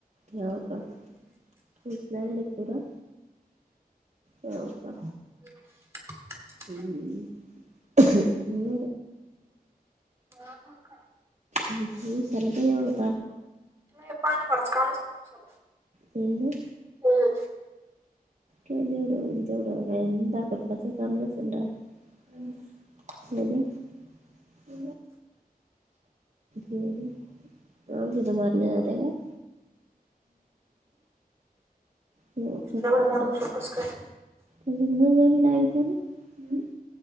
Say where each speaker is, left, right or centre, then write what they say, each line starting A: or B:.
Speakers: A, on the right; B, on the right.
A: हाव काय <unintelligible> पूरा. हाव का.
B: इ <inaudible>
A: हम् इ मस <unintelligible>
B: नाही
A: हं, हं चाल्या ताई वावरात?
B: नाही पाणी भरायच कामच नाही
A: होय ना
B: <unintelligible> हम्म.
A: जेव जेवढ गायन दाखवपाचं काम नसेल रा <unintelligible> बज <inaudible> हो का क त मारलेला जातात का <unintelligible> हो
B: एवढ मोठा ऊशेर कसं काय?
A: म भी लागथ ना. <unintelligible>